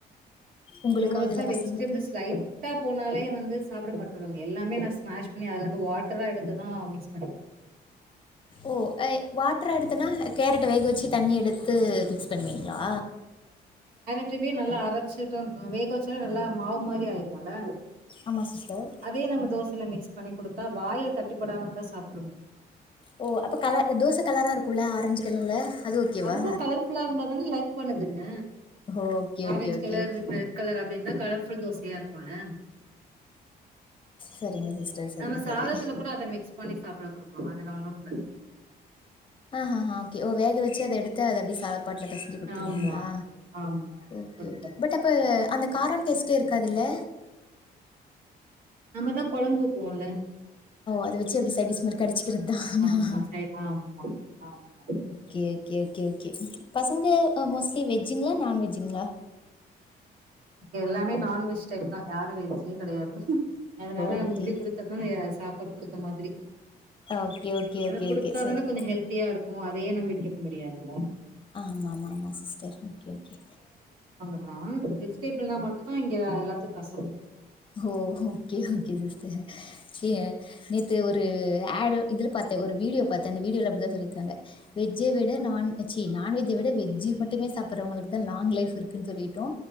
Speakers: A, on the left; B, on the right.
A: உங்களுக்காவது
B: இவங்களுக்கு
A: இல்லை
B: தான் வெஜிடபிள்ஸ்
A: பசங்களுக்கு
B: லைட்டா போனாலே வந்து சாப்பிட மாட்டுவங்க எல்லாமே நான் ஸ்மாஷ் பண்ணி அதெல்லாம் வாட்டரா எடுத்துதான் மிக்ஸ் பண்ணி
A: ஓ வாட்டரா எடுத்துன்னா கேரட் வேக வச்சு தண்ணி எடுத்து ப மிக்ஸ் பண்ணுவீங்களா
B: ட்டுப்பயே நல்லா அரைச்சட்டும் வேக வச்சாலே நல்லா மாவு மாதிரி ஆயிருகம்ல
A: ஆமாம் சிஸ்டர்
B: அதே நம்ம தோசைில மிக்ஸ பண்ணி கொடுத்தா வாயில தட்டுப்படாம இருந்தா சாப்பிடணும
A: ஓ அப்ப கல தோசை கலரா இருக்கும்ல ஆரஞ்சு கலர்ல அது ஓகேவா
B: அதுதான் கலர்புல்லா இருந்தா தானே லைக் பண்ணுதுங்க
A: okay okay
B: orange
A: okay
B: colour
A: okay
B: red colour அப்படன்தா க ஃ தோசையா இருக்குல
A: சரிங்க சிஸ்டர் சரி
B: நம்ம
A: சரி
B: சாதத்துல கூட அத மிக்ஸ் பண்ணி சாப்பிட கொடுக்கலாம் அதெல்லாம் ஒன்னும்ல
A: ஆஹ்ஹஹ ஓகேஓ வேக வச்சு அதை எடுத்து அது அப்படி சா பால பசஞ்சு கொடுத்துங்களா
B: ஆமா ஆமா
A: ஓகேஓக
B: குடுத்துர்லா
A: பட் அ அந்த காரம் டெஸ்ட்டே இருக்காதுல்ல
B: நம்மதான் குழம்புத்துவோம்ல
A: அதை வச்ச எப்படி சடிஸ் மருக்கு கடைச்சிக்கிறது தான்
B: ஆமா சை ஆமா ஆமா
A: கேகேகே பசங்க மோஸ்ட்லி வெஜ்ஜுங்களா நான்வெஜ்ஜுங்களா
B: எல்லாமே நான்வெஜ் டைப் தா யாருும் வெஜ்ஜு கிடையாது ஹ ஹும் அதனால
A: ஓகே
B: நம்ம இப்படி கொடுத்த தாயா சா பட்படுத்த மாதிரி
A: ஓகே ஓகே
B: அதல்ல
A: ஓகே
B: கொடுத்தாாதானே
A: ஓகே சரி
B: கொஞ்சொ ஹெல்த்தியா இருக்கு அதையே நம்பிட்டருக்க முடியாது லொ
A: ஆமா ஆமா ஆமா சிஸ்டர் ஓகெஓகெ
B: ஆ எ <inaudible> ப்பளெ பன்னா மட்டு தா இங்க எல்லாத்துக்கு கசோ
A: ஓ ஓகே ஓகே சிர் ச நேற்று ஒருட இதுல பாார்த்தேன் இந்த ஒரு வீடியோ பாாரத்தேன் அந்த வீடியோல அப்படிதான் சொல்லிருக்காங்க வெஜ்ஜை விட ந சரி நான்வெஜை விட வெஜ்ஜு மட்டுமே சாப்பிடுறவங்களுக்குதான் லாங் லைஃப் இருக்குன்னு சொல்லட்டோ